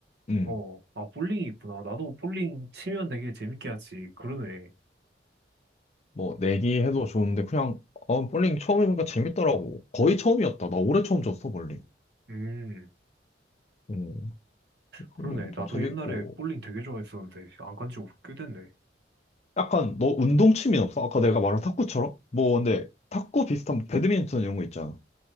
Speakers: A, on the left; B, on the right.
A: 응.
B: 어, 아, 볼링이 있구나. 나도 볼링 치면 되게 재밌게 하지. 그러네.
A: 뭐 내기해도 좋은데 그냥 아, 볼링 처음 해보니까 재밌더라고. 거의 처음이었다. 나 올해 처음 쳤어 볼링.
B: 음,
A: 음,
B: 그러네.
A: 볼링도
B: 나도
A: 재밌고
B: 옛날에 볼링 되게 좋아했었는데, 안 간지 꽤 됐네.
A: 약간 너 운동 취미 없어? 아까 내가 말한 탁구처럼? 뭐 근데 탁구 비슷한 배드민턴 이런 거 있잖아.